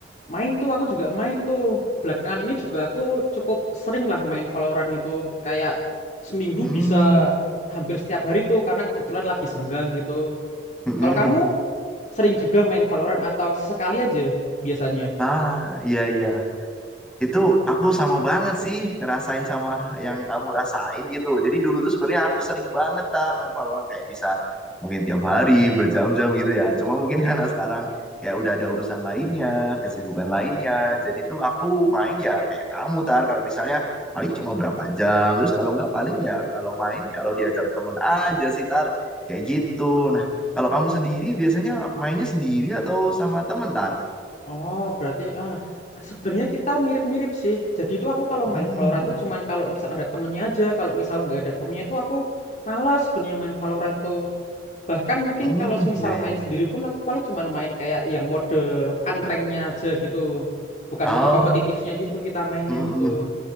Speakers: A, on the left; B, in the centre.
A: Main tuh, aku juga main tuh. Belakangan ini juga aku cukup sering lah main Valorant itu. Kayak seminggu
B: Hmm.
A: bisa hampir setiap hari tuh karena kebetulan lagi senggang gitu.
B: mm-mm.
A: Kalau kamu sering juga main Valorant atau sekali aja biasanya?
B: Ah, iya iya. Itu aku sama banget sih ngerasain sama yang kamu rasain gitu. Jadi dulu tuh sebenarnya aku sering banget Tar, main Valorant kayak bisa mungkin tiap hari berjam-jam gitu ya. Cuma mungkin <laughs> karena sekarang kayak udah ada urusan lainnya, kesibukan lainnya. Jadi tuh aku main ya kayak kamu Tar kalau misalnya paling cuma berapa jam. Terus kalau nggak paling ya kalau main kalau diajak temen aja sih Tar. Kayak gitu. Nah, kalau kamu sendiri biasanya mainnya sendiri atau sama temen Tar?
A: Oh, berarti ah sebenarnya kita mirip-mirip sih. Jadi itu aku kalau
B: Hmm.
A: main Valorant tuh cuman kalau misal ada temennya aja. Kalau misal nggak ada temennya tuh aku malas sebenarnya main Valorant tuh. Bahkan mungkin
B: Hmm,
A: kalau semisal
B: iya
A: main
B: iya.
A: sendiri pun aku paling cuman main kayak yang mode unranknya aja gitu. Bukan
B: Oh,
A: mode kompetitifnya gitu kita mainnya
B: Mhm,
A: gitu.